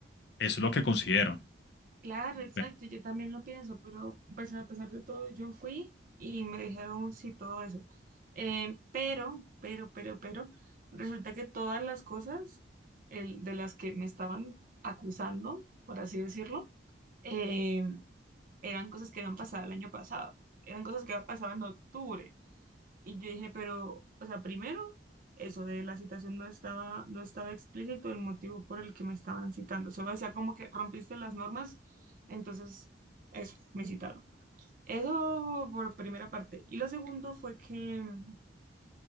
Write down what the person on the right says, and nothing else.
Claro,
exacto,
yo también lo pienso, pero pues a pesar de todo yo fui y me dijeron sí todo eso. Eh, pero, pero, pero, pero, resulta que todas las cosas el- de las que me estaban acusando, por así decirlo, eh, eran cosas que habían pasado el año pasado, eran cosas que habían pasado en octubre. Y yo dije, pero, o sea, primero, eso de la citación no estaba, no estaba explícito el motivo por el que me estaban citando. Solo decía como que rompiste las normas, entonces, eso, me citaron. Eso por primera parte. Y lo segundo fue que,